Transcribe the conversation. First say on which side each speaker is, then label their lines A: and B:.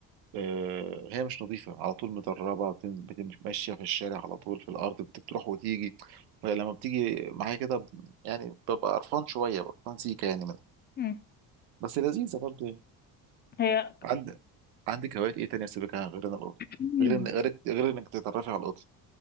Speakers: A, on the right; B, on the left.
A: آه، هي مش نظيفه على طول متربه بتن- بتمشي في الشارع على طول في الارض بت- بتروح وتيجي فلما بتيجي معايا كده ب- يعني ببقى قرفان شويه قرفان سيكه يعني منها
B: مم.
A: بس لذيذه برضه يعني
B: هي
A: عندك عندك هوايات ايه تانية سيبك غير إن القط
B: مم.
A: غير إن- غير غير انك تتعرفي على القط